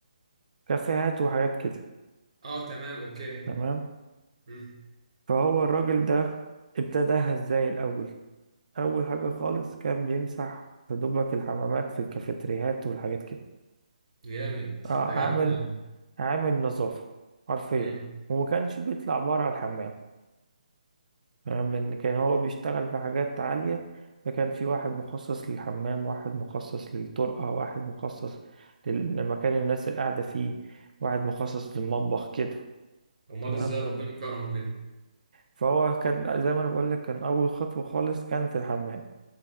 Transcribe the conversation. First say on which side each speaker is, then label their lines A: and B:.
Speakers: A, on the right; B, on the right.
A: كافيهات وحاجات كده
B: أه تمام أوكي
A: تمام
B: مم.
A: فهو الراجل ده ابتداها ازاي الأول أول حاجة خالص كان بيمسح يا دوبك الحمامات في الكافيتريات والحاجات كده
B: جامد
A: آه
B: ده جامد
A: عامل
B: يعني.
A: عامل نظافة حرفيا
B: امم
A: وما كانش بيطلع بره الحمام فاهم لأن كان هو بيشتغل في حاجات عالية فكان في واحد مخصص للحمام واحد مخصص للطرقة واحد مخصص لل- لمكان الناس اللي قاعدة فيه واحد مخصص للمطبخ كده
B: أمال
A: تمام
B: إزاي ربنا كرمه كده
A: فهو كان زي ما أنا بقولك كان أول خطوة خالص كان في الحمام